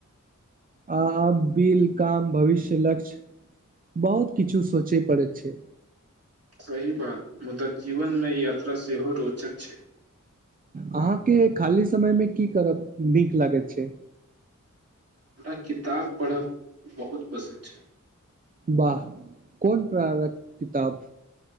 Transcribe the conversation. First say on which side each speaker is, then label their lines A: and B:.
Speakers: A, on the right; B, on the right.
A: आ आब बिल काम भविष्य लक्ष्य बहुत किछु सोचय पड़ैत छै
B: सही बात मुदा जीवन मे यात्रा सेहो रोचक छै
A: अहाँके खाली समयमे की करब नीक लागैत छै
B: हमरा किताब पढ़ब बहुत पसन्द छै
A: वाह कोन प्रारक किताब